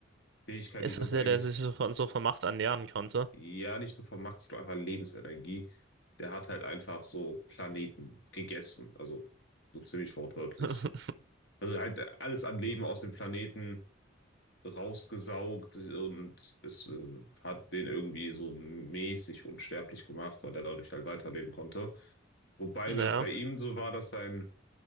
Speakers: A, on the left; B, on the right.
A: Fähigkeit,
B: Ist
A: die sonst
B: das der,
A: eigentlich,
B: der sich so von, so von Macht ernähren konnte?
A: ja, nicht nur von Macht, ich glaube einfach Lebensenergie. der hat halt einfach so Planeten gegessen, also so ziemlich wortwörtlich.
B: <laughs>
A: Also halt alles an Leben aus dem Planeten rausgesaugt und es äh, hat den irgendwie so mäßig unsterblich gemacht, weil er dadurch halt weiterleben konnte. Wobei
B: Ja,
A: das bei ihm so war, dass sein